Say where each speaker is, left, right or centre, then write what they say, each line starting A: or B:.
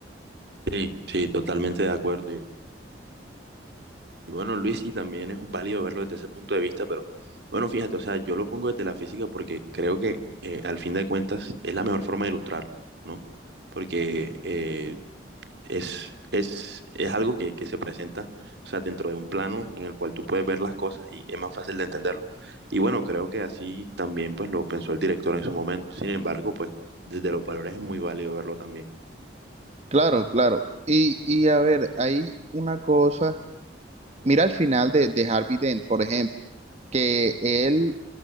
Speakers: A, on the right; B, on the right.
A: Sí, sí, totalmente de acuerdo. Y, y bueno, Luis, sí, también es válido verlo desde ese punto de vista, pero bueno, fíjate, o sea, yo lo pongo desde la física porque creo que eh, al fin de cuentas es la mejor forma de ilustrarlo, ¿no? Porque, eh, es, es, es algo que, que se presenta, o sea, dentro de un plano en el cual tú puedes ver las cosas y es más fácil de entenderlo. Y bueno, creo que así también pues lo pensó el director en su momento. Sin embargo, pues desde los valores es muy válido verlo también.
B: Claro, claro. Y, y a ver, hay una cosa. Mira al final de, de Harvey Dent, por ejemplo, que él